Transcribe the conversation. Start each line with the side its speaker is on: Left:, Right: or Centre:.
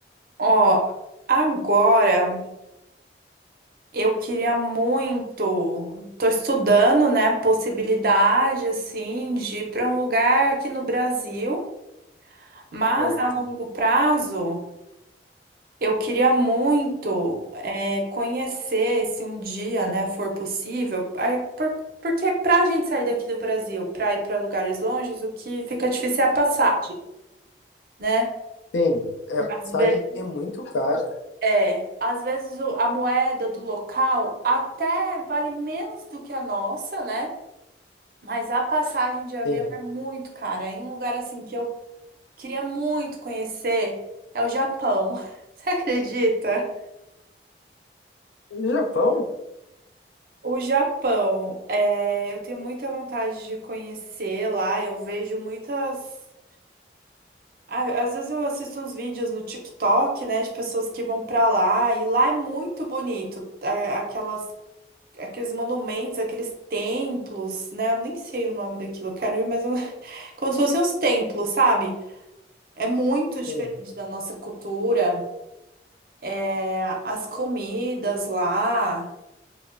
Right: Ó, agora. Eu queria muito. Tô estudando, né, a possibilidade assim de ir para um lugar aqui no Brasil, mas
Left: Certo.
Right: a longo prazo eu queria muito é, conhecer, se um dia, né, for possível, aí, por- porque para a gente sair daqui do Brasil, para ir para lugares longes, o que fica difícil é a passagem, né?
Left: Sim, é, a
Right: Às
Left: passagem
Right: vezes,
Left: é muito cara.
Right: é, às vezes o- a moeda do local até vale menos do que a nossa, né? Mas a passagem de avião
Left: Sim.
Right: é muito cara. E um lugar assim que eu queria muito conhecer é o Japão. <laughs> Você acredita?
Left: No Japão?
Right: O Japão, é, eu tenho muita vontade de conhecer lá. Eu vejo muitas. Ah, Às vezes eu assisto uns vídeos no TikTok, né, de pessoas que vão pra lá. E lá é muito bonito. É, Aquelas, aqueles monumentos, aqueles templos, né? Eu nem sei o nome daquilo. Eu quero ir, mas eu... <laughs> como se fossem os templos, sabe? É muito diferente
Left: Sim.
Right: da nossa cultura. É, as comidas lá,